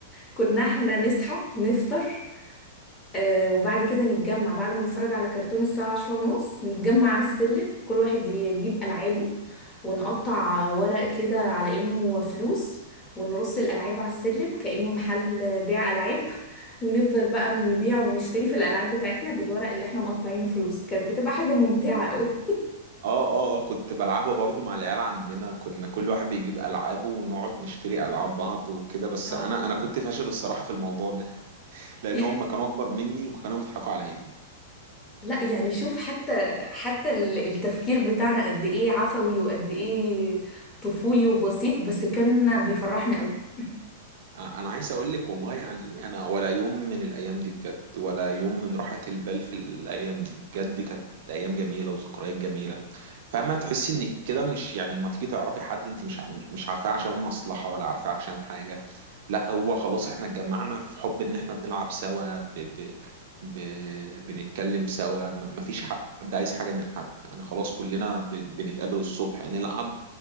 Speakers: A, on the left; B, on the right.
A: كنا احنا نصحى نفطر آه وبعد كده نتجمع بعد ما نتفرج على كرتون الساعة عشرة ونص نتجمع على السلم كل واحد يجيب ألعابه ونقطع ورق كده على إنه فلوس ونرص الألعاب على السلم كأنه محل بيع ألعاب <laughs> ونفضل بقى نبيع ونشتري في الألعاب بتاعتنا بالورق اللي احنا مقطعينه فلوس كانت بتبقى حاجة ممتعة قوي
B: اه اه آه، كنت بلعبها برضو مع العيال عندنا كنا كل واحد بيجيب العابه ونقعد نشتري العاب بعض وكده بس
A: اه
B: انا انا كنت فاشل الصراحه في الموضوع ده لان
A: <laughs>
B: هم كانوا اكبر مني وكانوا بيضحكوا عليا
A: لا يعني شوف حتى حتى ال- التفكير بتاعنا قد ايه عفوي وقد ايه طفولي وبسيط بس كان بيفرحنا قوي.
B: آه، انا عايز اقول لك والله يعني انا ولا يوم من الايام دي بجد ولا يوم من راحة البال في الايام دي بجد كانت ايام جميله وذكريات جميله فما تحسي انك كده مش يعني ما تيجي تعرفي حد انت مش ع- مش عارفاه عشان مصلحه ولا عارفاه عشان حاجه لا هو خلاص احنا اتجمعنا في حب ان احنا بنلعب سوا ب ب ب بنتكلم سوا ما ما فيش حد عايز حاجه من حد يعني خلاص كلنا ب- بنتقابل الصبح يعني نلعب